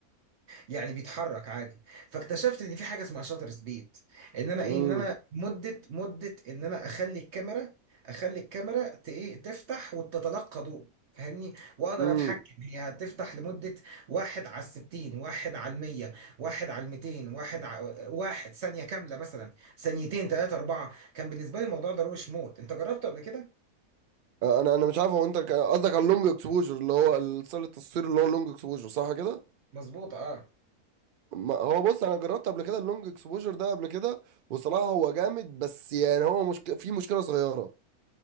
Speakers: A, on the right (about 55°); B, on the right (about 75°).
A: يعني بيتحرك عادي فاكتشفت ان في حاجه اسمها شاتر سبيد ان انا ايه
B: امم
A: ان انا مده مده ان انا اخلي الكاميرا اخلي الكاميرا ت- ايه تفتح وتتلقى ضوء فاهمني واقدر
B: امم
A: اتحكم هي هتفتح لمده واحد على الستين واحد على المية واحد على الميتين واحد على واحد ثانيه كامله مثلا ثانيتين ثلاثه اربعه كان بالنسبه لي الموضوع ده روش موت انت جربته قبل كده
B: انا انا مش عارف هو انت ك- قصدك على اللونج اكسبوجر اللي هو الستايل التصوير اللي هو اللونج اكسبوجر صح كده
A: مظبوط اه
B: ما- هو بص انا جربت قبل كده اللونج اكسبوجر ده قبل كده وصراحة هو جامد بس يعني هو مشك... في مشكلة صغيرة